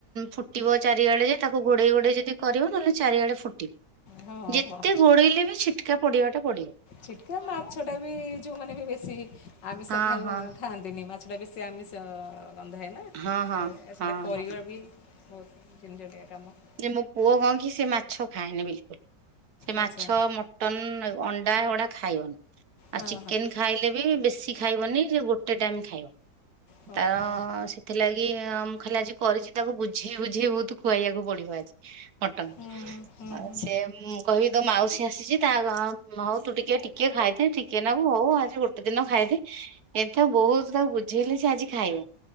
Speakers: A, on the right; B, on the left.
A: ଫୁଟିବ ଚାରିଆଡେ ଯେ ତାକୁ ଘୋଡେଇ ଘୋଡେଇ ଯଦି କରିବ ନହେଲେ ଚାରିଆଡେ ଫୁଟିବ
B: ହଁ ହଁ
A: ଯେତେ
B: ହଁ
A: ଗୋଡେଇଲେ ବି ଛିଟକା ପଡିବା ଟା ପଡିବ।
B: ଛିଟକା ମାଛଟା ବି ଯେଉଁମାନେ ବି ବେଶୀ ଆମିଷ
A: ହଁ
B: ଖାଇବା
A: ହଁ
B: ଖାଆନ୍ତିନି ମାଛଟା ବେଶୀ ଆମିଷ ଗନ୍ଧାଏନା।
A: ହଁ ହଁ
B: ସେଇଟା
A: ହଁ
B: କରିବାର
A: ହଁ।
B: ବି ବହୁତ <unintelligible>
A: ଯେ ମୋ ପୁଅ କଣ କି ସେ ମାଛ ଖାଏନି ବିଲକୁଲ ସେ
B: ଆଚ୍ଛା
A: ମାଛ ମ ମଟନ, ଅଣ୍ଡା ଏଗୁଡ଼ାକ ଖାଇବନି।
B: ହଁ
A: ଆଉ ଚିକେନ୍ ଖାଇଲେ ବି ବେଶୀ ଖାଇବନି ଯେ ଗୋଟେ ଟାଇମ୍ ଖାଇବ। <unintelligible> <unintelligible> <unintelligible>
B: ହଁ ହଁ ହଁ ହୁଁ ହୁଁ ହୁଁ ହୁଁ
A: କହିବି ତୋ ମାଉସୀ ଆସିଚି ତା ହଉ ତୁ ଟିକେ-ଟିକେ ଖାଇଦେ ଟିକେ ନାଗୁ ହଉ ଆଜି ଗୋଟେ ଦିନ ଖାଇଦେ <unintelligible> ବହୁତ୍ ତାକୁ ବୁଝେଇଲେ ସେ ଆଜି ଖାଇବ।